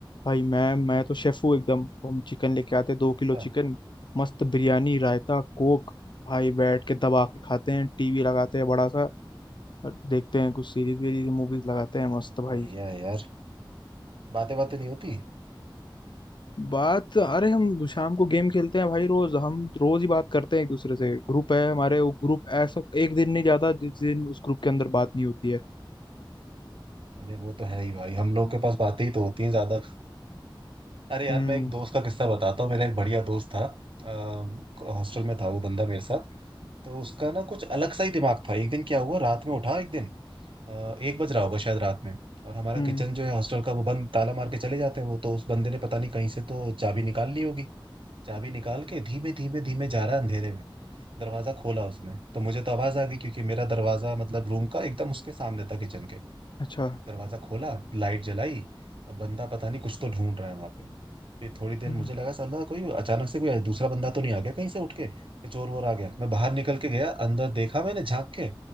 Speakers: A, on the left; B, on the right.
A: भाई मैं मैं तो शेफ हूँ एकदम तो हम चिकन लेके आते हैं दो किलो
B: हाँ,
A: चिकन मस्त बिरयानी रायता कोक भाई बैठ के दबा के खाते हैं टीवी लगाते हैं बड़ा सा और देखते हैं कुछ सीरीज वीरीज मूवीज लगाते हैं मस्त भाई
B: बढ़िया है यार बातें बातें नहीं होती
A: बात अरे हम शाम को गेम खेलते हैं भाई रोज हम रोज ही बात करते हैं एक दूसरे से ग्रुप है हमारे वो ग्रुप ऐसा एक दिन नहीं जाता जिस दिन उस ग्रुप के अंदर बात नहीं होती है
B: अरे वो तो है ही भाई हम लोग के पास बातें ही तो होती हैं ज्यादा अरे यार
A: हम्म
B: मैं एक दोस्त का किस्सा बताता हूँ मेरा एक बढ़िया दोस्त था अ, हॉस्टल में था वो बंदा मेरे साथ तो उसका ना कुछ अलग सा ही दिमाग था एक दिन क्या हुआ रात में उठा एक दिन अ, एक बज रहा होगा शायद रात में और हमारा
A: हम्म
B: किचन जो है हॉस्टल का वो बंद ताला मार के चले जाते हैं वो तो उस बंदे ने पता नहीं कहीं से तो चाबी निकाल ली होगी चाबी निकाल के धीमे धीमे धीमे जा रहा है अंधेरे में दरवाजा खोला उसने तो मुझे तो आवाज आ गई क्योंकि मेरा दरवाजा मतलब रूम का एकदम उसके सामने था किचन के
A: अच्छा
B: दरवाजा खोला लाइट जलाई अब बंदा पता नहीं कुछ तो ढूंढ रहा है वहां पे फिर थोड़ी देर
A: हम्म
B: मुझे लगा साला कोई अचानक से कोई दूसरा बंदा तो नहीं आ गया कहीं से उठ के कि चोर वोर आ गया मैं बाहर निकल के गया अंदर देखा मैंने झांक के